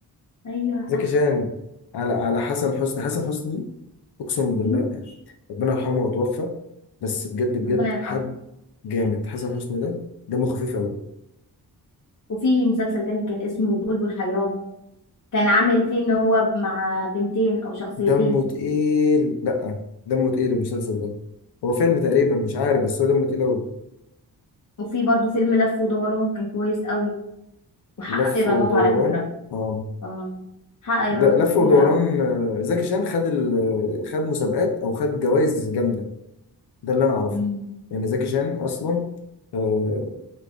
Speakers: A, on the left; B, on the left.
A: ايوه
B: زكي
A: صح
B: شان على على حسن حسني حسن حسني اقسم بالله
A: مم.
B: يعني ربنا يرحمه وتوفى بس بجد بجد
A: ربنا يرحمه
B: حد جامد حسن حسني ده دمه خفيف قوي
A: وفي مسلسل تاني كان اسمه بلبل حيران كان عامل فيه ان هو مع بنتين او شخصيتين
B: دمه تقيل لا دمه تقيل المسلسل ده هو فيلم تقريبا مش عارف بس هو دمه تقيل قوي
A: وفي برضو فيلم لف ودوران كان كويس قوي وحقق
B: لف
A: ايرادات
B: ودوران
A: على فكرة
B: اه
A: اه حقق ايرادات
B: ده لف
A: كبيرة
B: ودوران
A: قوي
B: آه، زكي شان خد ال... خد مسابقات او خد جوائز جامده ده اللي انا اعرفه
A: مم.
B: يعني زكي شان اصلا آه،